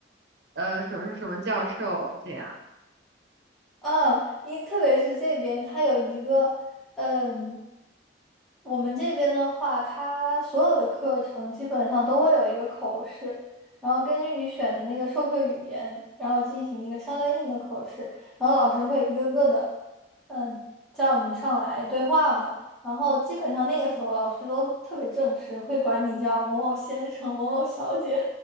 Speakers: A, on the right; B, in the centre.
A: 呃什么是什么教授这样。
B: 啊，因特别是这边，他有一个，嗯，我们这边的话，他所有的课程基本上都会有一个口试，然后根据你选的那个授课语言，然后进行一个相对应的口试，然后老师会一个个的，嗯，叫你上来对话嘛。然后基本上那个时候，老师都特别正式，会管你叫某某先生、某某小姐。